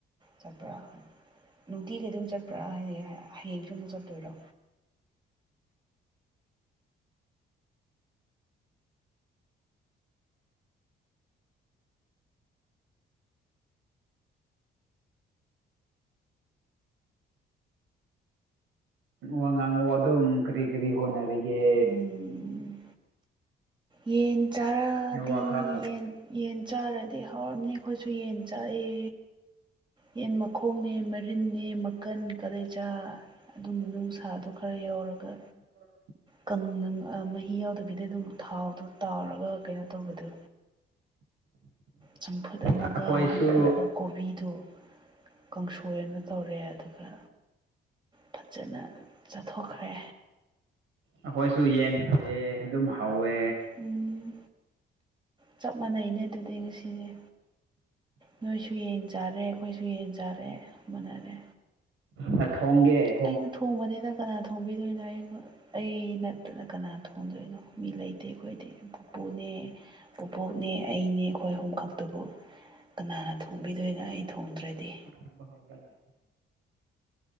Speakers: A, on the right; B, on the right.
A: ꯆꯠꯄ꯭ꯔꯥ ꯅꯨꯡꯇꯤꯒꯤ ꯑꯗꯨꯝ ꯆꯠꯄ꯭ꯔꯥ ꯍꯌꯦꯡ ꯍꯌꯦꯡꯁꯨ ꯑꯃꯨꯛ ꯆꯠꯇꯣꯏꯔꯣ
B: ꯋꯥ ꯉꯥꯡꯉꯛꯑꯣ ꯑꯗꯨꯝ ꯀꯔꯤ ꯀꯔꯤ ꯍꯣꯠꯅꯔꯤꯒꯦ
A: ꯎꯝ ꯌꯦꯟ ꯆꯥꯔꯥꯗꯤ
B: ꯅꯦꯠꯋꯥꯛ ꯈꯔ ꯐ
A: ꯌꯦꯟ ꯌꯦꯟ ꯆꯥꯔꯗꯤ ꯍꯥꯎꯔꯝꯅꯤ ꯑꯩꯈꯣꯏꯁꯨ ꯌꯦꯟ ꯆꯥꯌꯦ꯫ ꯌꯦꯟ ꯃꯈꯣꯡꯅꯦ ꯃꯔꯤꯟꯅꯦ ꯃꯀꯟ ꯀꯥꯂꯦꯆꯥ꯫ ꯑꯗꯨ ꯃꯅꯨꯡꯁꯥꯗꯣ ꯈꯔ ꯌꯥꯎꯔꯒ
B: <inaudible>
A: ꯀꯪꯅ ꯑꯥ ꯃꯍꯤ ꯌꯥꯎꯗꯕꯤꯗ ꯑꯗꯨꯝ ꯊꯥꯎꯗꯣ ꯇꯥꯎꯔꯒ ꯀꯩꯅꯣ ꯇꯧꯕꯗꯨ ꯆꯝꯐꯨꯠ ꯑꯃꯥꯒ
B: ꯑꯩꯈꯣꯏꯁꯨ
A: ꯑꯗꯨꯒ ꯀꯣꯕꯤꯗꯣ ꯀꯥꯡꯁꯣꯏ ꯑꯃ ꯇꯧꯔꯦ ꯑꯗꯨꯒ ꯐꯖꯅ ꯆꯥꯊꯣꯛꯈ꯭ꯔꯦ꯫
B: ꯑꯩꯈꯣꯏꯁꯨ ꯌꯦꯟ ꯆꯥꯏꯌꯦ ꯑꯗꯨꯝ ꯍꯥꯎꯋꯦ꯫
A: ꯎꯝ ꯆꯞ ꯃꯥꯟꯅꯩꯅ ꯑꯗꯨꯗꯤ ꯉꯁꯤꯖꯦ꯫ ꯅꯣꯏꯁꯨ ꯌꯦꯟ ꯆꯥꯔꯦ ꯑꯩꯈꯣꯏꯁꯨ ꯌꯦꯟ ꯆꯥꯔꯦ ꯃꯅꯥꯔꯦ꯫
B: ꯅ ꯊꯣꯡꯒꯦ? <unintelligible>
A: ꯑꯩꯅ ꯊꯣꯡꯕꯅꯤꯗ ꯀꯅꯥ ꯊꯣꯡꯕꯤꯗꯣꯏꯅꯣ ꯑꯩ ꯑꯩ ꯅꯠꯇꯅ ꯀꯅꯥ ꯊꯣꯡꯗꯣꯏꯅꯣ? ꯃꯤ ꯂꯩꯇꯦ ꯑꯩꯈꯣꯏꯗꯤ ꯄꯨꯄꯨꯅꯦ ꯄꯣꯕꯣꯛꯅꯦ ꯑꯩꯅꯦ ꯑꯩꯈꯣꯏ ꯑꯍꯨꯝ ꯈꯛꯇꯕꯨ꯫ ꯀꯅꯥꯅ ꯊꯣꯡꯕꯤꯗꯣꯏꯅꯣ ꯑꯩ ꯊꯣꯡꯗ꯭ꯔꯗꯤ?
B: <inaudible>